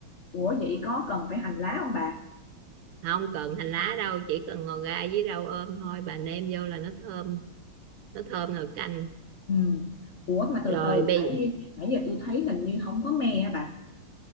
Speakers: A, on the left; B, on the right.
A: ủa vậy có cần phải hành lá không bà
B: không cần hành lá đâu chỉ cần ngò gai với rau ôm thôi bà nêm vô là nó thơm nó thơm nồi canh
A: ừ. ủa mà
B: rồi
A: từ từ
B: bây
A: nãy nãy giờ tôi thấy hình như không có me á bà